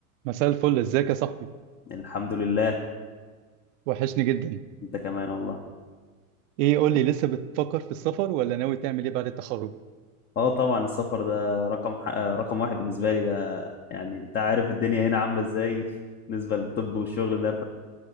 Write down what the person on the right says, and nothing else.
مساء الفل ازيك يا صاحبي
وحشني جدا
ايه قول لي لسه بتفكر في السفر ولا ناوي تعمل ايه بعد التخرج